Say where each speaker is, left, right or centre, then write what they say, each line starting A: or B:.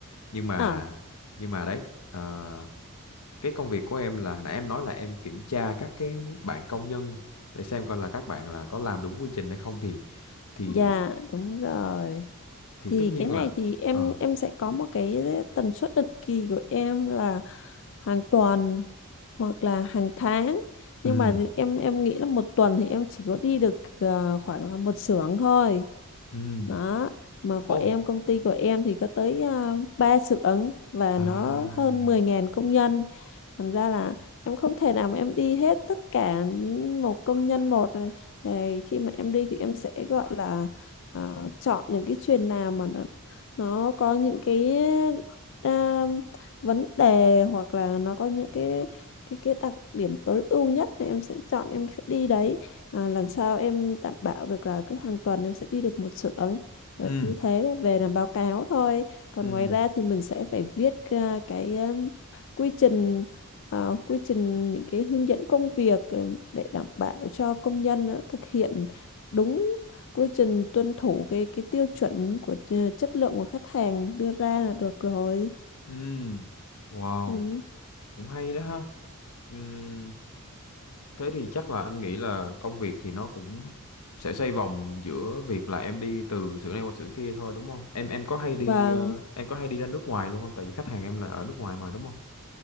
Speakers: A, on the left; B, on the left.
A: nhưng mà
B: ờ,
A: nhưng mà đấy ờ, cái công việc của em là hồi nãy em nói là em kiểm tra các cái bạn công nhân để xem coi là các bạn là có làm đúng quy trình hay không thì thì
B: dạ đúng rồi
A: thì
B: thì
A: tất nhiên
B: cái này
A: là
B: thì em
A: ờ,
B: em sẽ có một cái tần suất định kỳ của em là hàng tuần hoặc là hàng tháng
A: ừ.
B: nhưng mà em em nghĩ là một tuần thì em chỉ có đi được ờ, khoảng là một xưởng thôi
A: 음.
B: đó mà của
A: 어.
B: em công ty của em thì có tới uh, 3 xưởng và
A: à,
B: nó hơn mười ngàn công nhân thành ra là em không thể nào mà em đi hết tất cả một công nhân một Rồi khi mà em đi thì em sẽ gọi là à, chọn những cái chuyền nào mà nó nó có những cái à, vấn đề hoặc là nó có những cái cái cái đặc điểm tối ưu nhất thì em sẽ chọn em sẽ đi đấy À, làm sao em đảm bảo được là cứ hàng tuần em sẽ đi được một xưởng và
A: 음.
B: như thế là về làm báo cáo thôi còn
A: 음.
B: ngoài ra thì mình sẽ phải viết ra cái um, quy trình ờ, quy trình những cái hướng dẫn công việc ừ, để đảm bảo cho công nhân ờ, thực hiện đúng quy trình tuân thủ cái cái tiêu chuẩn của ch- chất lượng của khách hàng đưa ra là được rồi
A: 음. Wow.
B: ừ.
A: Cũng hay đó ha. 음. Thế thì chắc là anh nghĩ là công việc thì nó cũng sẽ xoay vòng giữa việc là em đi từ xưởng này qua xưởng kia thôi đúng không? Em em có hay đi
B: Vâng,
A: ờ, em có hay đi ra nước ngoài luôn không? Tại vì khách hàng em là ở nước ngoài mà đúng không?